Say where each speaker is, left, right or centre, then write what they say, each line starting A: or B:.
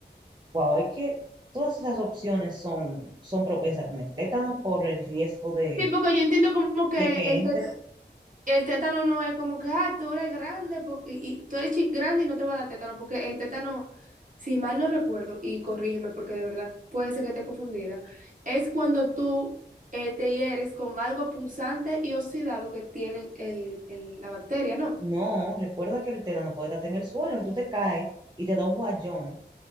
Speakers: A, on the right (about 25°); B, on the right (about 45°).
A: Wow, es que todas esas opciones son, son propensas a tener tétano por el riesgo de
B: Sí, porque yo entiendo como que
A: de que
B: el,
A: entre.
B: te- el tétano no es como que, ay, tú eres grande po- y, y tú eres chi- grande y no te va a dar tétano, porque el tétano, si mal no recuerdo, y corrígeme porque de verdad puede ser que esté confundida, es cuando tú eh, te hieres con algo punzante y oxidado que tiene el, el- la bacteria, ¿no?
A: No, recuerda que el tétano puede estar en el suelo. Si tú te caes y te da un guayón,